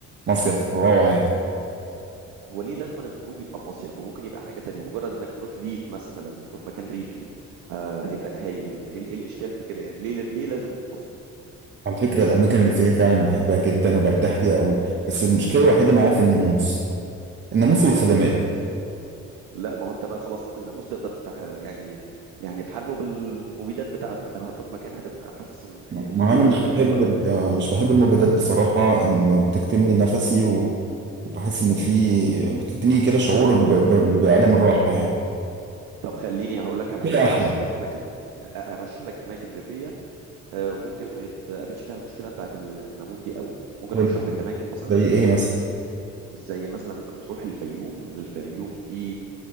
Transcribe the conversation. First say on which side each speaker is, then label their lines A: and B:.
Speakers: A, on the right; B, on the right.
A: مصيف روعة يعني
B: هو ليه لازم أن الخروج يبقى مصيف ممكن يبقى حاجه تانية مجرد انك تروح ريف مثلا تروح مكان ريفي آه هيبقى هايل ايه إيه الاشكال في كده يعني ليه ليه لازم مصيف
A: على فكرة الاماكن اللي فيها فعلا بحبها جدا وبرتاح فيها قوي بس المشكلة الوحيدة معايا في الناموس الناموس والخدمات
B: الناموس لا ما هو انت بقى خلاص ممكن الناموس تقدر تع- يعني يعني تحاربه بالمبيدات بتاعته انما هتروح مكان هتبقى حاسس ان الفيو
A: ما انا مش
B: بتاعته
A: بحب
B: حلوه قوي
A: ال- مش بحب الموجودات بصراحة ان بتكتمني نفسي و- وبحس ان في بتديني كده شعور ب- ب- بعدم الراحة يعني
B: طب خليني هقول لك على
A: كده
B: حاجه
A: احلى
B: ارشح لك اماكن ارشح لك اماكن ريفيه آه، وممكن ما يتقابلش فيها المشكله بتاعت ال- الناموس دي قوي ممكن
A: طيب،
B: ارشح لك اماكن مثلا
A: زي ايه مثلا
B: زي مثلا ممكن تروح الفيوم الفيوم في